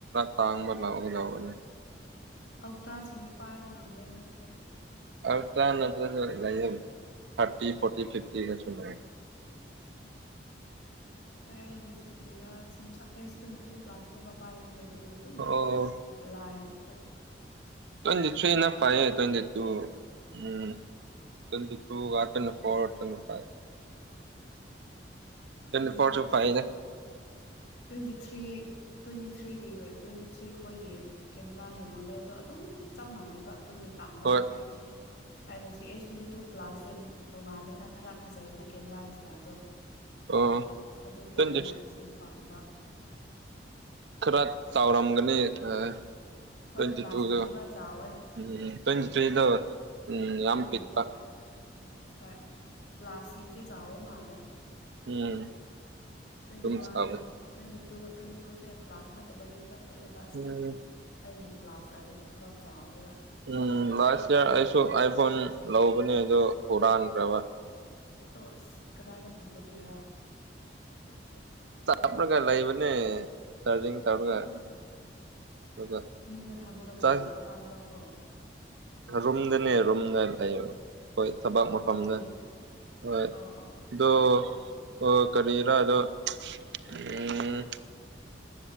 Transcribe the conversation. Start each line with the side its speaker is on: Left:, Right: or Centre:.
Right: ꯇꯥꯡ ꯃꯔ ꯂꯒ ꯌꯥꯎꯕꯅꯤ
Left: ꯑꯜꯇ꯭ꯔꯥꯁꯤꯡꯗꯤ ꯄꯥꯏꯕ ꯉꯝꯗꯦꯅ ꯍꯣꯏꯗꯤ
Right: ꯑ ꯇꯠꯇꯔ ꯂ ꯊꯥꯔꯇꯤ ꯐꯣꯔꯇꯤ ꯐꯤꯞꯇꯤꯒ ꯁꯂ
Left: ꯑꯩꯒꯤꯁꯦ ꯀꯦꯔꯤꯔꯥ ꯁꯦꯝꯁꯥꯡ ꯑꯦꯁ ꯇ꯭ꯋꯦꯟꯇꯤ ꯇꯨ ꯄ꯭ꯂꯥꯁ ꯅꯕ ꯄꯥꯏ ꯍꯥꯏꯕꯁꯦ ꯑꯗꯨ ꯑꯗꯨꯝ
Right: ꯑꯣ
Left: ꯂꯥꯏꯟꯗ ꯊꯣꯛꯑꯦ
Right: ꯇ꯭ꯋꯦꯟꯇꯤꯊ꯭ꯔꯤꯅ ꯐꯥꯏꯌꯦ ꯇ꯭ꯋꯦꯟꯇꯤ ꯇꯨ ꯎꯝ ꯇ꯭ꯋꯦꯟꯇꯤ ꯇꯨꯇ ꯐꯣꯔꯠꯇ ꯐ ꯀ
Left: ꯀꯔꯤꯔꯥ
Right: ꯐꯁꯨ
Left: ꯑꯁ
Right: ꯐꯅꯦ
Left: ꯇ꯭ꯋꯦꯟꯇꯤ ꯊ꯭ꯔꯤ ꯇ꯭ꯋꯦꯟꯇꯤ ꯊ꯭ꯔꯤꯒꯤ ꯇ꯭ꯋꯦꯟꯇꯤ ꯊ꯭ꯔꯤ ꯈꯣꯏꯒꯤ ꯀꯦꯃꯦꯔꯥꯒꯤ ꯃꯣꯗꯦꯜꯗꯣ ꯑꯗꯨꯝ ꯆꯞ ꯃꯥꯟꯅꯩꯕ ꯑꯗꯨꯒꯤ ꯇꯥꯟꯕ
Right: ꯍꯣꯏ
Left: ꯑꯗꯣ ꯑꯩꯁꯦ ꯑꯩꯅ ꯁꯤ ꯑꯦꯁ ꯇ꯭ꯋꯦꯟꯇꯤ ꯇꯨ ꯄ꯭ꯂꯥꯁꯁꯦ ꯇꯣꯡꯉꯥꯜꯂꯦꯅ ꯈꯔ ꯐꯖꯩꯌꯦꯅ ꯀꯦꯃꯦꯔꯥꯒꯤ ꯏꯁꯇꯥꯏꯜꯗꯣ
Right: ꯑꯣ
Left: ꯑꯗꯨꯒꯤ
Right: ꯇ꯭ꯋꯦꯟꯇꯤ
Left: ꯑꯩꯅ ꯑꯁꯤ ꯄꯥꯝꯕ
Right: ꯈꯔ ꯆꯥꯎꯔꯝꯒꯅꯤ ꯑꯥ
Left: ꯍꯣꯏ
Right: ꯇ꯭ꯋꯦꯟꯇꯤ
Left: ꯄ꯭ꯂꯥꯁꯅ
Right: ꯇꯨꯗ
Left: ꯈꯔ ꯆꯥꯎꯋꯦ
Right: ꯎꯝ ꯇ꯭ꯋꯦꯟꯇ ꯊ꯭ꯔꯤꯗꯣ ꯎꯝ ꯌꯥꯝꯝ
Left: ꯎꯝ
Right: ꯄꯤꯛꯄ
Left: ꯍꯣꯏ ꯄ꯭ꯂꯥꯁꯤꯡꯁꯤ ꯆꯕ ꯃꯥꯂꯦ
Right: ꯎꯝ
Left: ꯇ꯭ꯋꯦꯟꯇꯤ
Right: ꯑꯗꯨꯝ
Left: ꯋꯥꯟ
Right: ꯁꯥꯕ
Left: ꯇ꯭ꯋꯦꯟꯇꯤ ꯇꯨ ꯇ꯭ꯋꯦꯟꯇꯤ ꯇꯨꯁꯦ ꯄ꯭ꯂꯥꯁ ꯅꯠꯇꯕꯗꯤ ꯈꯔ ꯄꯤꯛꯑꯦꯕ ꯑꯁꯤ
Right: ꯎꯝ
Left: ꯑꯩꯒꯤ ꯄ꯭ꯂꯥꯁ ꯍꯥꯏꯕ ꯈꯔ ꯆꯥꯎꯋꯦꯕ
Right: ꯎꯝ ꯂꯥꯁ ꯏꯡꯌꯥꯔ ꯑꯩꯁꯨ ꯑꯥꯏꯐꯣꯟ ꯂꯧꯕꯅꯤ ꯑꯗꯣ ꯍꯨꯔꯥꯟꯈ꯭ꯔꯕ
Left: ꯇꯣꯁ ꯀꯗꯥꯏꯗ ꯊꯝꯕꯒꯤꯔ
Right: ꯑꯞ ꯂꯒ ꯂꯩꯕꯅꯦ ꯇꯔꯔꯤꯡ ꯇꯧꯔꯒ
Left: ꯑꯥ
Right: ꯑꯗꯨꯒ
Left: ꯌꯨꯝꯗ ꯊꯝꯂꯒ ꯀꯅꯥꯅ
Right: ꯆꯥꯏ
Left: ꯍꯨꯔꯥꯟꯕ꯭ꯔꯥ ꯀꯣ
Right: ꯔꯨꯝꯗꯅꯦ ꯔꯨꯝꯗ ꯂꯩꯕ ꯍꯣꯏ ꯊꯕꯥꯛ ꯃꯐꯝꯗ
Left: ꯑꯗꯨꯅꯦ
Right: ꯍꯣꯏ
Left: ꯑꯥ ꯑꯥ
Right: ꯑꯗꯣ ꯑꯣ ꯀꯔꯤꯔꯥ ꯑꯗꯣ ꯎꯝ